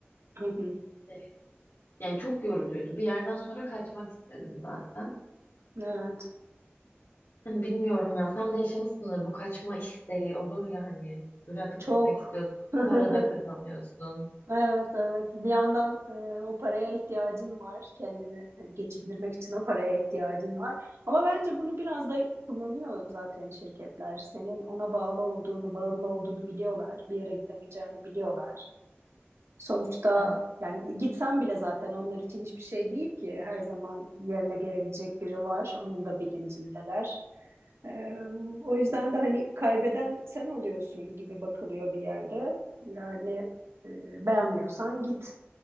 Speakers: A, on the right; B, on the left.
A: Hı hı.
B: Ee, Yani çok yorucuydu. Bir yerden sonra kaçmak istedim zaten.
A: Evet.
B: Hani bilmiyorum ya sen de yaşamışsındır bu kaçma isteği olur ya hani bırakıp
A: Çok.
B: gitmek istiyorsun.
A: <laughs>
B: Para da kazanıyorsun.
A: Evet evet bir yandan e, o paraya ihtiyacın var kendini hani geçindirmek için o paraya ihtiyacın var ama bence bunu biraz da kullanıyor zaten şirketler senin ona bağlı olduğunu bağımlı olduğunu biliyorlar bir yere gidemeyeceğini biliyorlar Sonuçta
B: Evet,
A: yani gitsem bile zaten onlar için hiçbir şey değil ki. Her zaman yerine gelebilecek biri var. Onun da bilincindeler. Ee, o yüzden de hani kaybeden sen oluyorsun gibi bakılıyor bir yerde. Yani e, beğenmiyorsan git